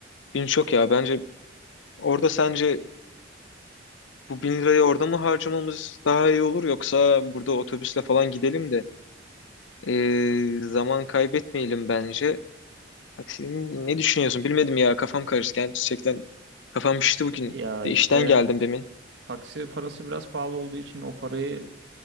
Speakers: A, on the left; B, on the right.
A: Bin çok ya bence Orada sence bu bin lirayı orada mı harcamamız daha iyi olur yoksa burada otobüsle falan gidelim de ee, zaman kaybetmeyelim bence. Taksi ne düşünüyorsun? Bilmedim ya kafam karıştı. Yani gerçekten kafam şişti bugün.
B: Ya
A: De
B: işte
A: işten geldim demin.
B: taksi parası biraz pahalı olduğu için o parayı